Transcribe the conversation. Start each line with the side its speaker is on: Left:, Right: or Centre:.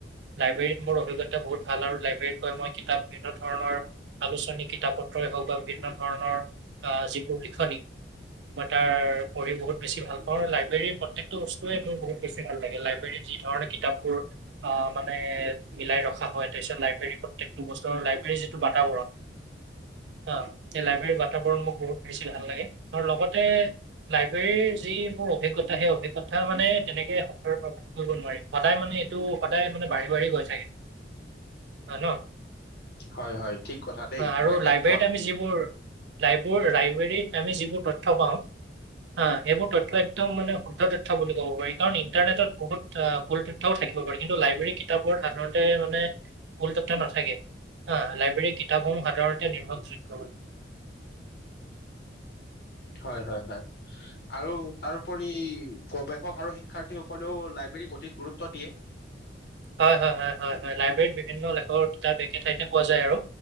Right: লাইব্ৰেৰীত মোৰ অভিজ্ঞতা বহুত ভাল! আৰু লাইব্ৰেৰীত গৈ মই কিতাপ বিভিন্ন ধৰণৰ আলোচনী, কিতাপ-পত্ৰই হওঁক বা বিভিন্ন ধৰণৰ আঁ যিবোৰ লিখনি মই তাৰ, পঢ়ি বহুত বেছি ভাল পাওঁ! লাইব্ৰেৰীৰ প্ৰত্যেকটো বস্তুৱেই, মোৰ বহুত বেছি ভাল লাগে! লাইব্ৰেৰীত যি ধৰণে কিতাপবোৰ, আঁ মানে, মিলাই ৰখা হয়। তাৰপিছত, লাইব্ৰেৰী প্ৰত্যেকটো বস্তু লাইব্ৰেৰী যি টো বাতাবৰণ! <inaudible> অ'! এই, লাইব্ৰেৰীৰ বাতাবৰণ মোৰ বহুত বেছি ভাল লাগে! আৰু লগতে লাইব্ৰেৰীৰ যি মোৰ অভিজ্ঞতা সেই অভিজ্ঞতা মানে তেনেকে প্ৰকাশ কৰিব নোৱাৰি। সদায় মানে এইটো সদায় মানে বাঢ়ি বাঢ়ি গৈ থাকে হয় ন।
Left: হয় হয় ঠিক কথা দেই
Right: হয় আৰু
Left: মই
Right: লাইব্ৰেৰীত
Left: একমত
Right: আমি যিবোৰ লাইবোৰ লাইব্ৰেৰীত আমি যিবোৰ তথ্য পাওঁ হা সেইবোৰ তথ্য একদম মানে শুদ্ধ তথ্য বুলি ক'ব পাৰি কাৰণ ইণ্টাৰনেটত বহুত আ মূল তথ্যও থাকিব পাৰে কিন্তু লাইব্ৰেৰী কিতাপত সাধাৰণতে মানে মূল তথ্য নাথাকে। হা লাইব্ৰেৰীৰ কিতাপসমূহ সাধাৰণতে নিৰ্ভৰযোগ্য।
Left: হয় হয় হয়। আৰু তাৰওপৰি গৱেষক আৰু শিক্ষাৰ্থীসকলেও লাইব্ৰেৰীক অধিক গুৰুত্ব দিয়ে।
Right: হয় হয় হয় হয় হয়, লাইব্ৰেৰীত বিভিন্ন লেখকৰ কিতাপ একে ঠাইতে পোৱা যায় আৰু।